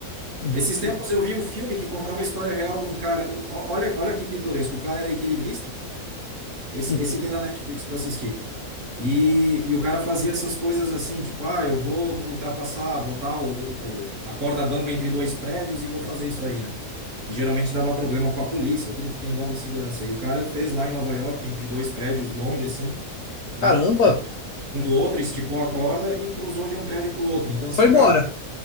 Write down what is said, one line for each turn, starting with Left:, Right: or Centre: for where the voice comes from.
Left: Uhum,
Right: Esses tempos
Left: e-
Right: eu vi um filme que contava a história real de um cara. O- Olha, olha que pitoresco. O cara era equilibrista Esse,
Left: uhum.
Right: esse tem na Netflix para assistir. E, e o cara fazia essas coisas assim, tipo, ah, eu vou ultrapassar, botar o, o- a corda bamba entre dois prédios e vou fazer isso aí, né? E geralmente dava problema com a polícia, tudo porque envolve segurança. E o cara fez lá em Nova York, entre dois prédios longe assim, né?
Left: Caramba,
Right: Um, um do outro, esticou a corda e cruzou de um prédio para o outro. Então, assim,
Left: foi embora.
Right: cara.